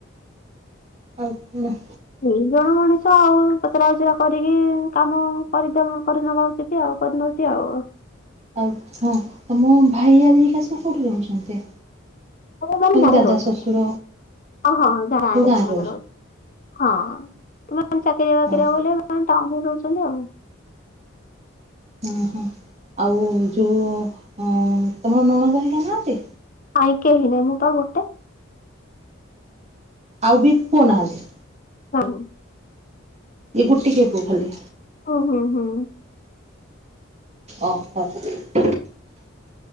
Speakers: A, on the right; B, on the left.
A: ଆଉ କଣ?
B: ଦୁ ଜଣ ମଣିଷ ଆଉ ପଚରା ଉଚରା କରିକି କାମ କରିଦ କରିନବା ଉଚିତ୍ ଆଉ କରିନଉଛି ଆଉ।
A: ଆଉ ହଁ ଆ ମୋ ଭାଇ ଆରିକା ସବୁ କେଉଁଠି ରହୁଛନ୍ତି।
B: ଆଉ ମାନେ ଗାରେ
A: ଦାଦା
B: ରହୁଛନ୍ତି
A: ଶ୍ୱଶୁର
B: ହହ ଗାଁ
A: ସବୁ
B: ରେ
A: ଗାଁରେ
B: ସେମାନେ ରହୁଛନ୍ତି। ହଁ ତମେ ଚାକିରିଆ ବାକିରିଆ
A: ହଁ
B: ବୋଲି ଟାଉନ୍ ରେ ରହୁଛନ୍ତି।
A: ହଁ ହଁ ଆଉ ଯଉଁ ତମର ନଣନ୍ଦ ହାରିକା ନାହାଁନ୍ତି।
B: ନାଇଁ କେହି ନାଇଁ ମୁଁ ପା ଗୋଟେ।
A: ଆଉ ବି ପୁଅ ନାହାନ୍ତି।
B: ନାହିଁ।
A: ଏଇ ଗୋଟିକ ପୁଅ ଖାଲି।
B: ହୁଁ ହୁଁ ହୁଁ।
A: ଓ ହୋ। ଓହୋ